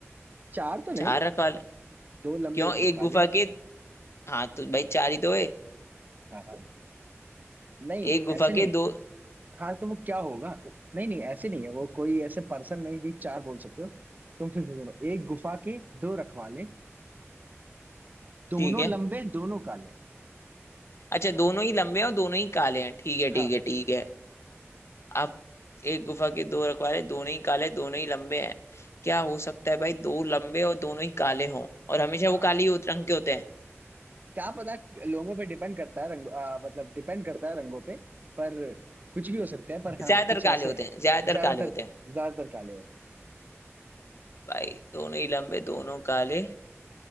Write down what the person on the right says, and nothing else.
चार तो नहीं
दो लंबे
दो
काले
हाँ हाँ नहीं
ऐसे नहीं
हाँ तो वो क्या होगा नहीं नहीं ऐसे नहीं है वो कोई ऐसे पर्सन नहीं भी चार बोल सकते हो तुम फिर बोलो एक गुफा के दो रखवाले दोनों
लंबे दोनों काले
हाँ
हाँ
हाँ
क्या पता लोगों पे डिपेंड करता है रंग आ, मतलब डिपेंड करता है रंगों पे पर कुछ भी हो सकता है पर हाँ
कुछ ऐसे
हैं
ज्यादातर
ज्यादातर काले होते